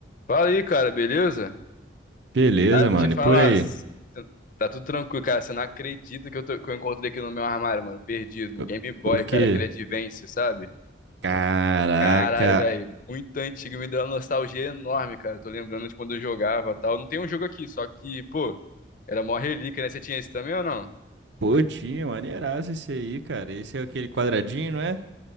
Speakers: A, on the left; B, on the right.
A: Fala aí, cara, beleza?
B: Beleza,
A: Ah,
B: mano.
A: te falar,
B: E por aí?
A: s- tá tudo tranquilo, cara. Você não acredita que eu, tô- que eu encontrei aqui no meu armário, mano, perdido.
B: O
A: Um Game Boy,
B: o quê?
A: cara, aquele Advance, sabe?
B: Caraca.
A: Caralho, velho, muito antigo, me deu uma nostalgia enorme, cara. Tô lembrando de quando eu jogava e tal. Não tem um jogo aqui, só que, pô, era mó relíquia, né? Você tinha esse também ou não?
B: Pô, tinha maneiraço esse aí, cara. Esse é aquele quadradinho, não é?